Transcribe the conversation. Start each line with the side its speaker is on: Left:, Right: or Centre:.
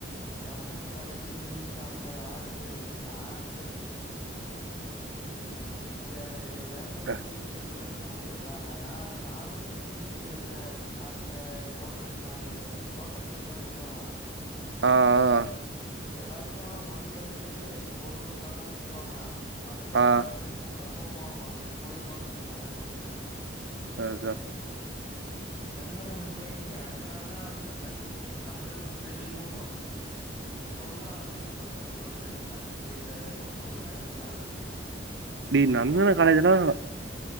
Left: நந்தனம் காலேஜி இச்சரா அப்ப ஆயரோ பேரு நா அதுல ஏ ய எர்ணுத்தி
Right: அ,
Left: சில்ற்றன்னு குப் டுந்தாங்க நா அதுல நானூத்தி சில்ற அந்த டோக்கன் வாங்கிருக்கறே டோக்கன் படி தா கூப்டுவாங்களா
Right: ஆ ஆ
Left: எல்லாருக்கு ஒன்னலருந்து ஒரு ஒரு டோக்கனா குடுத்துருவாங்களா அந்த டோக்கன்
Right: ஆ,
Left: நம்பர் கூப்பறப்போ போணுமா போய் கவுன்சிலிங் அட்டென் பண்ணுமா
Right: ஆ அதா
Left: நந்தனம் போயிங்கு அடுத்த நாள்தா வந்துருப்பே அந்த அளவுக்கு பெரிய கூட்டோ சொல்றானுங்க அங்க பசங்க ப்ரோ கெடைக்குமானே தெரியில ரொம்ப கஷ்டமாயிருக்குது
Right: டேய் நந்தன
Left: இத்தினி பேர்ல
Right: காலேஜ்லாம்
Left: கெடைக்குது